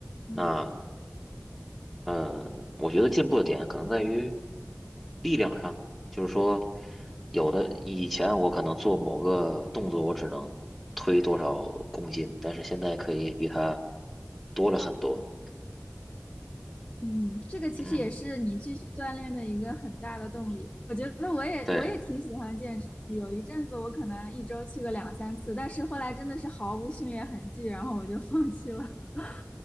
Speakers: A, on the left; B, in the centre.
A: 嗯
B: 那嗯，我觉得进步的点可能在于力量上，就是说，有的以前我可能做某个动作，我只能推多少公斤，但是现在可以比它多了很多。
A: 嗯，这个其实也是你继续锻炼的一个很大的动力。
B: 嗯，
A: 我觉得我也我也挺喜欢健身的，
B: 对。
A: 有一阵子我可能一周去个两三次，但是后来真的是毫无训练痕迹，然后我就放弃了。<laughs>